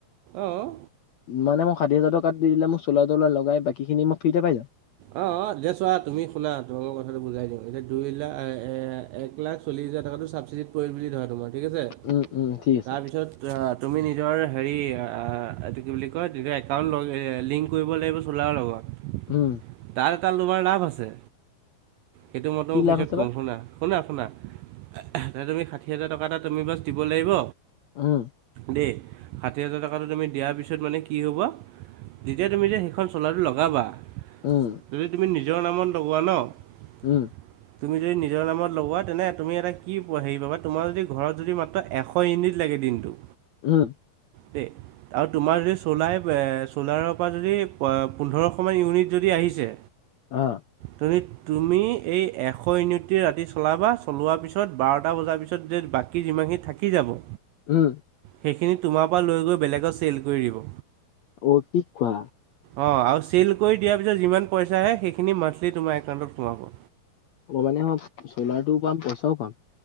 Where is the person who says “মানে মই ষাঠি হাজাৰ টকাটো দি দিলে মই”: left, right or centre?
Left